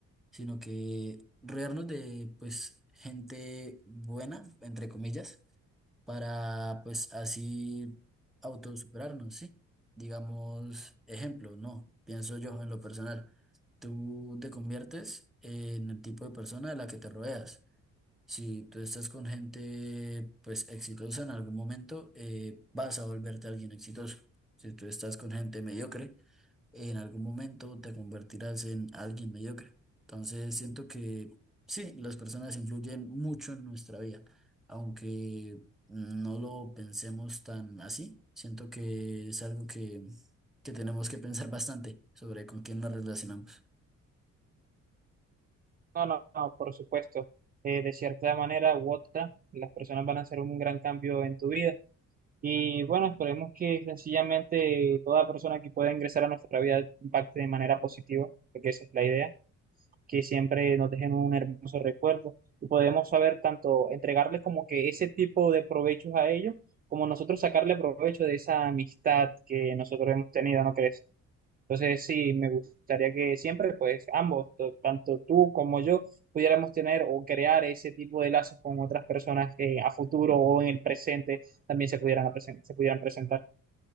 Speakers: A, in the centre; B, on the right.
A: sino que rodearnos de pues gente buena, entre comillas para pues así autosuperarnos, ¿sí? Digamos, ejemplo, no, pienso yo en lo personal, tú te conviertes en el tipo de persona de la que te rodeas. Si tú estás con gente pues exitosa en algún momento, eh, vas a volverte alguien exitoso. Si tú estás con gente mediocre, en algún momento te convertirás en alguien mediocre. Entonces siento que sí, las personas influyen mucho en nuestra vida, aunque no lo pensemos tan así. Siento que es algo que, que tenemos que pensar bastante sobre con quién nos relacionamos.
B: No, no, no, por supuesto. Eh, de cierta manera u otra, las personas van a hacer un gran cambio en tu vida. Y bueno, esperemos que sencillamente toda persona que pueda ingresar a nuestra vida impacte de manera positiva, porque esa es la idea. que siempre nos dejen un hermoso recuerdo y podemos saber tanto entregarles como que ese tipo de provechos a ellos, como nosotros sacarle provecho de esa amistad que nosotros hemos tenido, ¿no crees? Entonces sí, me gustaría que siempre, pues ambos, t- tanto tú como yo, pudiéramos tener o crear ese tipo de lazos con otras personas que a futuro o en el presente también se pudieran, apresen- se pudieran presentar.